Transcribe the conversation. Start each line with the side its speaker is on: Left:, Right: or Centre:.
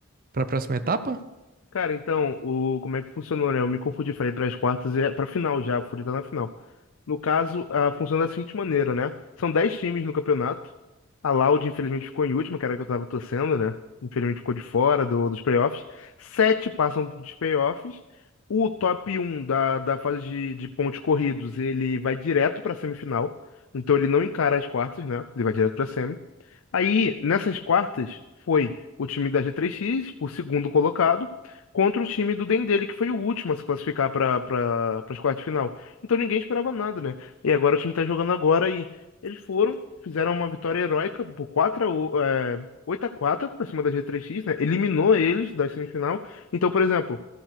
Right: Pra próxima etapa?
Left: Cara, então, o, como é que funcionou, né? Eu me confundi, falei para as quartas e é para final já, a Fúria tá na final. No caso, a, funciona da seguinte maneira, né? São 10 times no campeonato. A Loud, infelizmente, ficou em último, que era a que eu tava torcendo, né? Infelizmente, ficou de fora do, dos playoffs. Sete passam dos playoffs. O top um da, da fase de, de pontos corridos, ele vai direto para semifinal. Então, ele não encara as quartas, né? Ele vai direto para semi. Aí, nessas quartas, foi o time da G3X, o segundo colocado, contra o time do Dendele, que foi o último a se classificar para para as quartas de final. Então ninguém esperava nada, né? E agora o time tá jogando agora e eles foram, fizeram uma vitória heróica por 4 a, o- é, 8 a quatro para cima da G3X, né? Eliminou eles da semifinal. Então, por exemplo,